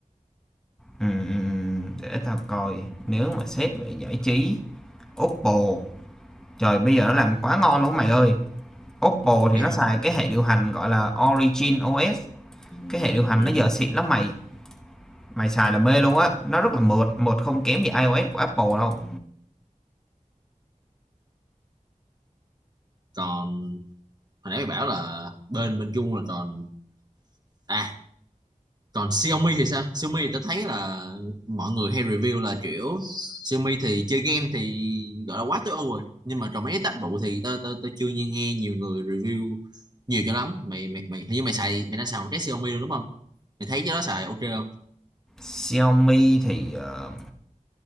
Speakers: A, in the centre; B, on the right.
A: ừ, ừ, ừ. để tao coi nếu mà xét về giải trí Oppo trời bây giờ nó làm quá ngon luôn mày ơi. Oppo thì
B: Vậy
A: nó
B: hả?
A: xài cái hệ điều hành gọi là Origin OS, cái hệ điều hành
B: ừ
A: nó giờ xịn lắm mày. mày xài là mê luôn á nó rất là mượt mượt không kém gì iOS của Apple đâu
B: còn hồi nãy mày bảo là bên bên Trung là còn à còn Xiaomi thì sao Xiaomi thì tao thấy là mọi người hay review là kiểu Xiaomi thì chơi game thì gọi là quá tối ưu rồi nhưng mà trong mấy cái tác vụ thì tao tao tao chưa nghe, nghe nhiều người review nhiều cho lắm mày mày mày hình như mày xài mày đang xài một cái Xiaomi luôn đúng không mày thấy cái đó xài ok không
A: Xiaomi thì ờ,